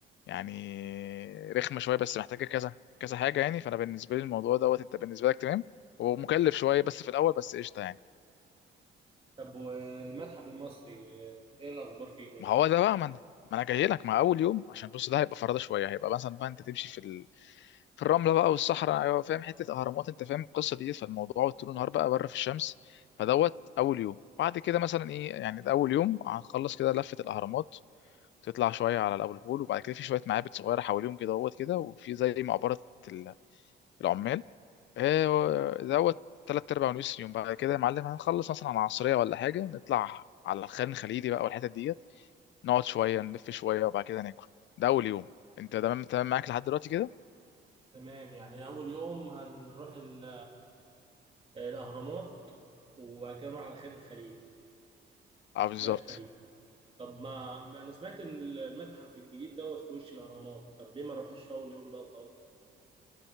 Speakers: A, on the left; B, on the right.
A: يعني رخمة شوية بس محتاجة كذا كذا حاجة يعني فأنا بالنسبة لي الموضوع دوت أنت بالنسبة لك تمام هو مكلف شوية بس في الأول بس قشطة يعني
B: طب والمتحف المصري آه، ايه الاخبار فيه هناك
A: ما هو ده بقى ما انا ما انا جاي لك مع اول يوم عشان بص ده هيبقى فرادة شويه هيبقى مثلا بقى انت تمشي في ال... في الرمله بقى والصحراء ايوه فاهم حته اهرامات انت فاهم القصه دي فالموضوع طول النهار بقى بره في الشمس فدوت اول يوم بعد كده مثلا ايه يعني ده اول يوم هنخلص كده لفه الاهرامات تطلع شويه على الابو الهول وبعد كده في شويه معابد صغيره حواليهم كده دوت كده وفي زي مقبره ال- العمال آه، دوت تلات أرباع ونص يوم بعد كده يا معلم هنخلص مثلا على العصرية ولا حاجة نطلع على الخان الخليلي بقى والحتت ديت نقعد شويه نلف شويه وبعد كده ناكل ده اول يوم انت تمام تمام معاك لحد دلوقتي كده
B: تمام يعني أول يوم هنروح ال- الأهرامات وبعد كده نروح على خان الخليلي
A: اه بالظبط
B: اللفة دي طب ما أنا سمعت إن المتحف الجديد دوت في وش الأهرامات طب ليه ما نروحوش في أول يوم بقى وخلاص